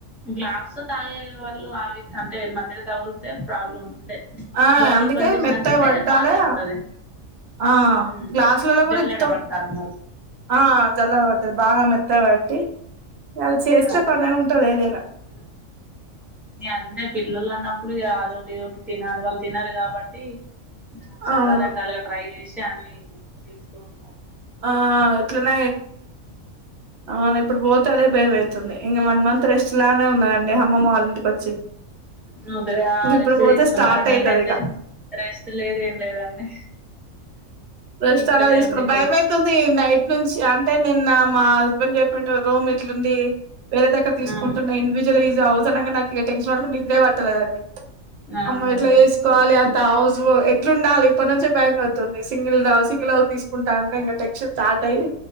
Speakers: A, in the centre; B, on the right.
A: గ్లాస్లో తాగేవాళ్ళు అవి అంటే మధ్య తగులితే ప్రాబ్ అంటే
B: ఆ
A: బాటిల్
B: అందుకే
A: బంద్ చేసినాకయితే
B: మెత్తగా పట్టాలే
A: బాగానే ఉంటది
B: ఆ
A: మ్
B: గ్లాసులలో కూడా
A: జల్లెడబడతారు
B: ఇత్తం
A: మళ్
B: ఆ చలర మతది బాగామె త పెట్టి అలా చేస్తే
A: అదే
B: పనే ఉంటది ఏదైనా
A: అంతే పిల్లలు అన్నప్పుడు అదోటిదోటి తినాలి వాళ్ళు తినారు కాబట్టి చాలా
B: అవును
A: రకాలుగా ట్రై చేసి అన్ని చేస్తూ ఉంటాను
B: ఆ ఎట్లు న అవునా ఇప్పుడు పోతే అదే భయంమవుతుంది ఇంక వన్ మంత్ రెస్ట్ లానే ఉన్నదండి. అమ్మమ్మ వాళ్ళింటికొచ్చి,
A: ముగ్గురే ఆ
B: ఇప్పుడు
A: రెస్ట్
B: పోతే
A: తీసుకున్నారు
B: స్టార్ట్
A: నేనైతే
B: అయితది ఇక
A: రెస్ట్ లేదు ఏం లేదండి
B: రెస్ట్
A: ఇక్కడే
B: అన్నా తీసుకున్నా
A: ఉండిపోయిన
B: భయం అయితుంది. నైట్ నుంచి అంటే నిన్న మా హస్బెండ్ చెప్పిండు. రూమ్ ఇట్లుంది వేరే దగ్గర తీసుకుంటున్న
A: ఆ
B: ఇండ్విజిలిజ్ హౌస్ అనంగన నాకు ఇక టెన్షన్ పకుని నిద్రే పట్టలేదండి,
A: ఆహాహా
B: అమ్మ ఎట్లా ఎసుకోవాలె అన్ తైజ్వొ ఎ ట్లు ఉండాలి. ఇప్పటి నుంచి భయం అయితుంది. సింగిల్ దా సింగొలా తీసుకుంటాంటె ఇంగ టెక్షన్ స్టార్ట్ అయ్యి